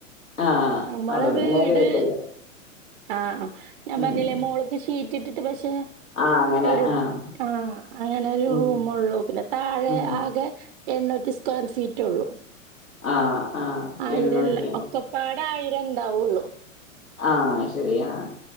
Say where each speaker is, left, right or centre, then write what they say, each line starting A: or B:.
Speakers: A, on the left; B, on the right.
A: ആഹ്
B: അമ്മളെ
A: അതുകൊണ്ട്
B: വീട്
A: പിന്നെ വല്യ കുഴപ്പമില്ല
B: ആഹ് ഞാൻ
A: ഉം
B: പർഞ്ഞിലെ മോള്ക്ക് ഷീറ്റ് ഇട്ടിട്ട് പക്ഷേ
A: ആഹ് അങ്ങനെ
B: ഒരു
A: ആഹ്
B: ആഹ് അങ്ങനെ ഒരു
A: ഉം
B: റൂമോള്ളൂ പിന്നെ താഴെ
A: ഉം
B: ആകെ എണ്ണൂറ്റി സ്ക്വയർ ഫീറ്റ് ഒള്ളൂ
A: ആഹ് ആഹ്
B: ആയിരംല്ല
A: എണ്ണൂറ്റി
B: ഒക്കപ്പാടെ ആയിരംണ്ടാവുള്ളു
A: ആഹ് അഹ് ശെരിയാ